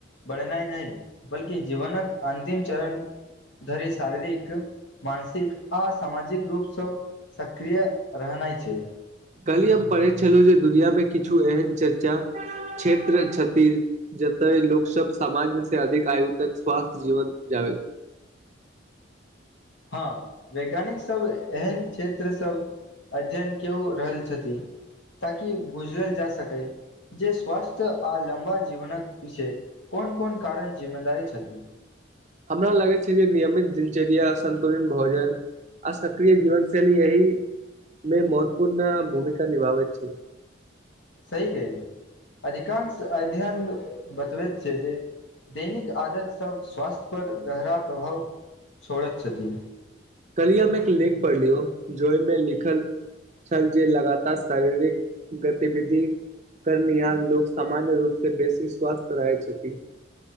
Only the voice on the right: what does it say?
कल्हि हम पढ़ैत छलहुँ जे दुनियामे किछु एहन चर्चा क्षेत्र क्षत जते लोक सब सामान्य से अधिक आयु तक स्वास्थ्य जीवन जा छ
हमरा लगै छै जे नियमित दिनचर्या संन्तुलित भोज आ सक्रिय जीवनशैली अही मे महत्वपूर्ण भूमिका निभावै छ
कल्ली हमे एक लेख पढ़ली हो जोमें लिख चल जे लगातार शारीरिक गतिविध करर्निहार लोकग सामान्य रूपसँ बेसी स्वस्थ रहै छथि